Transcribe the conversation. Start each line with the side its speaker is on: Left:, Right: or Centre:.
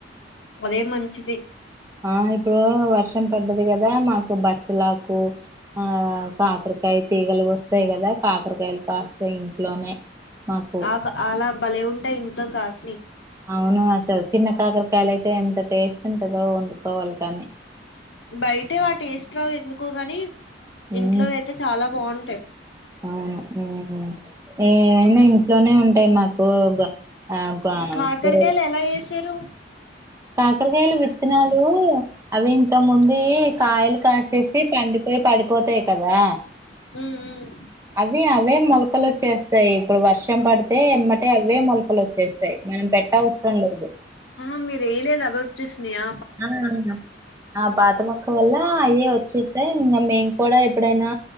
Left: అదేమంచిది
Right: ఆ ఇప్పుడు వర్షం పడ్డది గాదా, మాకు బచ్చలాకు ఆ కాకరకాయ తీగలు వస్తాయి గదా, కాకరకాయలు కాస్తాయి ఇంట్లోనే. మాకు
Left: ఒక అలా బలే ఉంటాయి ఇంట్లో కాసినయ్
Right: అవును అసలు చిన్న కాకరకాయలు అయితే, ఎంత టేస్ట్ ఉంటదో వండుకోవాలి కానీ.
Left: బయటవి ఆ టేస్ట్ రావు ఎందుకో గాని,
Right: ఉమ్
Left: ఇంట్లో అయితే చాలా బావుంటాయి.
Right: అవును, ఉమ్ ఉమ్ ఏమైనా ఇంట్లోనే ఉంటాయి మాకు ఆ గానం
Left: కాకరకాయలు
Right: కూరలు
Left: ఎలా ఏసారు
Right: కాకరకాయలు విత్తనాలు అవి ఇంతక్ ముందుయ్ కాయలు కాసేసి, పండిపోయి పడిపోతాయి కదా
Left: ఉమ్మ్ ఉమ్
Right: అవ్వి అవే మొలకలు ఒచ్చేస్తాయి, ఇప్పుడు వర్షం పడ్త్ తే ఎమ్మటే అవే మొలకలు ఒచ్చేస్తాయి, మనం పెట్ట అవసరం లేదు.
Left: ఆహా మీరు ఎయలేద అవ్వే ఒచ్చేసినయా
Right: ఆ అవును ఆ పాత మొక్క వల్ల, అయ్యే ఒచ్చేసాయి ఇంగ మేము కూడా ఎప్పుడైనా